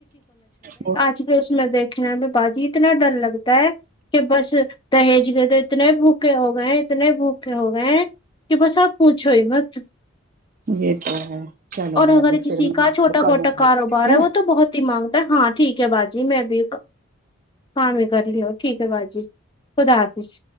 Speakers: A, on the right; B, on the left.
A: کو
B: جی اس میں دیکھنے میں باجی اتنا ڈر لگتا ہے کہ بس دہیج کے تو اتنے بھوکے ہو گئے اتنے بھوکے ہو گئے ہیں کہ بس آپ پوچھو ہی مت
A: یہ تو ہے چلو
B: اور
A: بھابھی
B: اگر کسی
A: پھر میں
B: کا
A: آپ
B: چھوٹا
A: کو کروں
B: موٹا
A: گی
B: کاروبار
A: ٹھیک
B: ہے وہ تو بہت مانگتا ہے ہاں ٹھیک ہے باجی میں بھی ہاں میں کر لی ہوں ٹھیک ہے باجی خدا حافظ